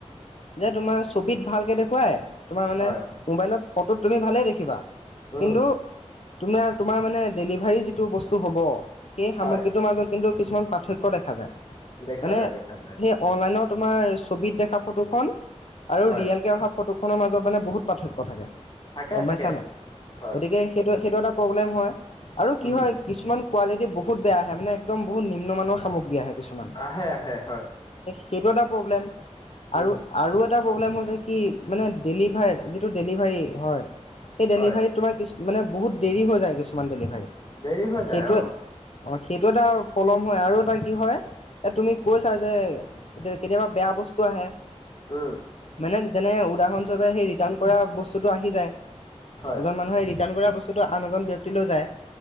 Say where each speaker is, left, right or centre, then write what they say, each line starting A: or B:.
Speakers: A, on the left (about 65°); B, on the left (about 40°).
A: যে তোমাৰ ছবিত ভালকে দেখুৱাই তোমাৰ মানে
B: হয়
A: মোবাইলত ফটোত তুমি ভালেই দেখিবা কিন্তু
B: উম
A: তোমাৰ তোমাৰ মানে ডেলিভাৰী যিটো বস্তু হ'ব সেই সামগ্ৰীটোৰ
B: হয়
A: মাজত কিন্তু কিছুমান পাৰ্থক্য দেখা যায়
B: দেখা
A: মানে
B: যায় দেখা যায়
A: সেই অনলাইনত তোমাৰ ছবিত দেখা ফটোখন আৰু
B: হয়
A: ৰিয়েলকৃ অহা ফটোখনৰ মাজত মানে বহুত পাৰ্থক্য থাকে
B: থাকে
A: গম পাইছা
B: থাকে
A: নাই
B: হয়
A: গতিকে সেইটো সেইটো এটা প্ৰব্লেম হয় আৰু কি
B: উম
A: হয় কিছুমান কোৱালিটি বহুত বেয়া আহে মানে একদম বহুত নিম্নমানৰ সামগ্ৰী আহে কিছুমান
B: আহে আহে হয়
A: সেইটো এটা প্ৰব্লেম আৰু
B: উম
A: আৰু এটা আৰু এটা প্ৰব্লেম হৈছে কি ডেলিভাৰ যিটো ডেলিভাৰী হয় সেই ডেলিভাৰী
B: হয়
A: তোমাক মানে বহুত দেৰি হৈ যায় কিছুমান ডেলিভাৰী
B: দেৰি হৈ
A: সেইটোৱে
B: যায় অ
A: অঁ সেইটো এটা প্ৰব্লেম হয় আৰু এটা কি হয় এ তুমি কৈছা যে কেতিয়াবা বেয়া বস্তু আহে
B: উম
A: মানে যেনে উদাহৰণস্বৰূপে সেই ৰিটাৰ্ণ কৰা বস্তুটো আহি যায়
B: হয়
A: এজন মানুহে ৰিটাৰ্ণ কৰা বস্তুটো আন এজন ব্যক্তিলৈ যায়